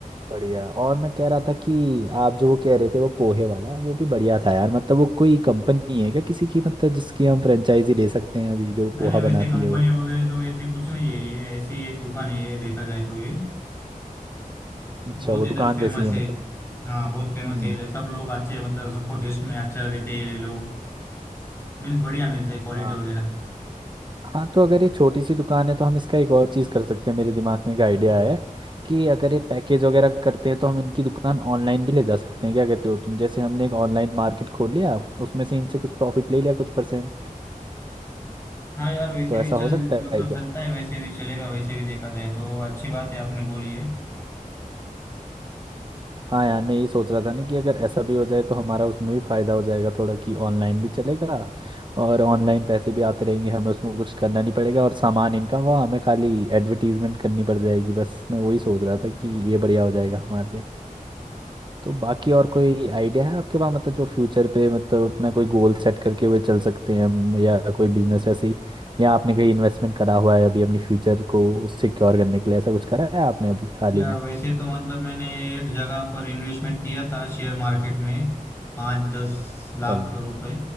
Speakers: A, on the right; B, on the left.
A: बढ़िया और मैं कह रहा था कि आप जो वो कह रहे थे वो पोहे वाला वो भी बढ़िया था यार मतलब वो कोई कंपनी है क्या किसी की मतलब जिसकी हम फ्रेंचाइजी ले सकते हैं अभी जो
B: नहीं
A: पोहा
B: नहीं वैसे
A: बनाती
B: कंपनी
A: है वो
B: वगैरह तो ऐसे कुछ नहीं है ये ऐसे ही एक दुकान है ये देखा जाए तो ये
A: अच्छा
B: बहुत
A: वो
B: इधर
A: दुकान
B: फेमस
A: जैसी है
B: है
A: मतलब
B: हाँ बहुत फेमस
A: हम्म
B: है इधर सब लोग अच्छे मतलब सबको टेस्ट में अच्छा देते हैं ये लोग मीन्स बढ़िया मिलता है क्वालिटी
A: हाँ
B: वगैरह
A: हाँ तो अगर ये छोटी सी दुकान है तो हम इसका एक और चीज़ कर सकते हैं मेरे दिमाग में एक आइडिया है कि अगर ये पैकेज वगैरह करते हैं तो हम इनकी दुकान ऑनलाइन भी ले जा सकते हैं क्या कहते हो तुम जैसे हमने एक ऑनलाइन मार्केट खोल लिया उसमें से इनसे कुछ प्रॉफिट ले लिया कुछ परसेंट
B: हाँ यार वैसे
A: तो
B: भी
A: ऐसा
B: चल
A: हो सकता
B: मतलब
A: है क्या
B: चलता है वैसे भी चलेगा वैसे भी देखा जाए तो अच्छी बात है आपने बोली है
A: हाँ यार मैं यही सोच रहा था ना कि अगर ऐसा भी हो जाए तो हमारा उसमें भी फ़ायदा हो जाएगा थोड़ा कि ऑनलाइन भी चलेगा और ऑनलाइन पैसे भी आते रहेंगे हमें उसमें कुछ करना नहीं पड़ेगा और सामान इनका हुआ हमें खाली एडवर्टीजमेंट करनी पड़ जाएगी बस मैं वही सोच रहा था कि ये बढ़िया हो जाएगा हमारे लिए तो बाकी और कोई आइडिया है आपके पास मतलब जो फ्यूचर पे मतलब अपना कोई गोल सेट करके हुए चल सकते हैं हम या कोई बिजनेस वैसे ही या आपने कहीं इन्वेस्टमेंट करा हुआ है अभी अपनी फ्यूचर को सिक्योर करने के लिए ऐसा कुछ करा है आपने अभी हाल
B: यार
A: ही में
B: वैसे तो मतलब मैंने एक जगह पर इन्वेस्टमेंट किया था शेयर मार्केट में पाँच दस
A: अच्छा
B: लाख
A: भाई
B: रुपए